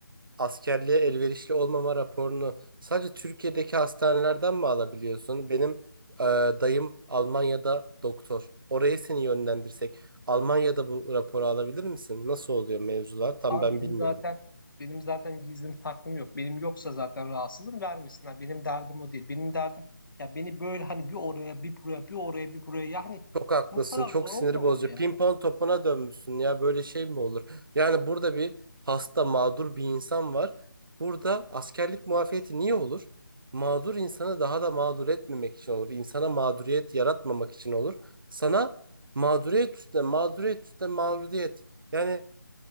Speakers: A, on the right; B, on the left.
A: askerliğe elverişli olmama raporunu sadece Türkiye'deki hastanelerden mi alabiliyorsun? Benim e, dayım Almanya'da doktor. Oraya seni yönlendirsek Almanya'da bu raporu alabilir misin? Nasıl oluyor mevzular? Tam
B: Ama
A: ben
B: benim
A: bilmiyorum.
B: zaten benim zaten gizlim saklım yok. Benim yoksa zaten rahatsızım vermesinler. Benim derdim o değil. Benim derdim ya beni böyle hani bir oraya bir buraya bir oraya bir buraya yani
A: Çok haklısın.
B: bu kadar
A: Çok
B: zor
A: sinir
B: olmamalı
A: bozucu.
B: ya.
A: Pimpon topuna dönmüşsün ya. Böyle şey mi olur? Yani burada bir hasta, mağdur bir insan var. Burada askerlik muafiyeti niye olur? Mağdur insanı daha da mağdur etmemek için olur. İnsana mağduriyet yaratmamak için olur. Sana mağduriyet üstüne, mağduriyet üstüne mağduriyet. Yani